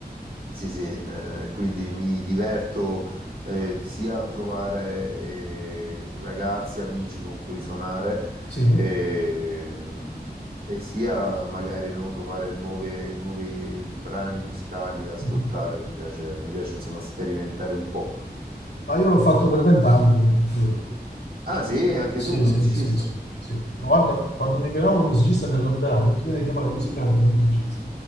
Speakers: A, on the right (about 65°); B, on the left (about 85°).
A: sì, sì, eh, quindi mi diverto eh, sia a trovare eh, ragazzi, amici con cui suonare
B: Sì.
A: eh, e sia magari no, trovare nuove- nuovi brani musicali da ascoltare.
B: Mhm.
A: Mi piace, mi piace insomma sperimentare un po'.
B: Ma io l'ho fatto per 20 anni, quindi, figurati.
A: Ah sì, anche
B: Sì,
A: tu, un
B: sì,
A: musicista?
B: sì, sì, sì. Ma guarda, quando mi chiamavano il musicista mi arrabbiavo, ho detto, mi devi chiamare musicante, non musicista.